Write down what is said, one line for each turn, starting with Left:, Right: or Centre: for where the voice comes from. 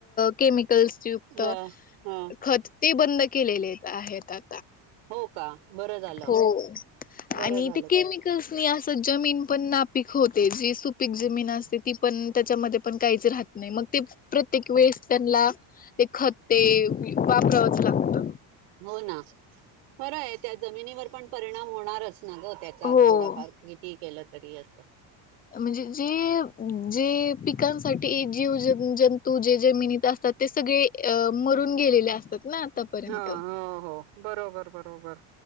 Left: केमि -कल्सयुक्त
Right: हा हा
Left: खत ते बंद केलेले आहेत. आहे त्या
Right: हो का बरं झालं
Left: हो आणि
Right: बरं झालं
Left: केमिकल्सनी
Right: ते.
Left: जमीन पण नापीक होते जी सुपीक जमीन असते. ती पण त्याच्यामध्ये पण काहीच राहत नाही. मग ते प्रत्येक वेळेस त्यांना ते खते वापरावंच लागत.
Right: हो ना खरं आहे. त्या जमिनीवर पण परिणाम होणारच. ना ग त्याचा
Left: हो.
Right: थोडाफार किती केलं. तरी असं.
Left: म्हणजे जे, जे पिकांसाठी जीव ज जंतू जे जमिनीत असतात ते सगळे अ मरून गेलेले असतात ना आतापर्यंत.
Right: हा हो हो बरोबर बरोबर.